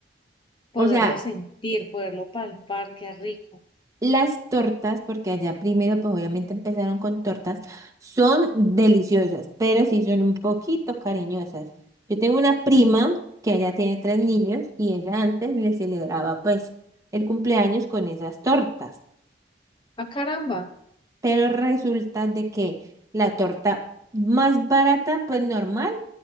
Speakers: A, on the left (about 30°); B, on the right (about 20°).
A: poderlo
B: O sea,
A: sentir, poderlo palpar, qué rico.
B: las tortas, porque allá primero, pues obviamente empezaron con tortas, son deliciosas, pero sí son un poquito cariñosas. Yo tengo una prima
A: Ujú.
B: que ella tiene tres niños y ella antes le celebraba pues el cumpleaños con esas tortas,
A: Ah, caramba.
B: pero resulta de que la torta más barata, pues normal.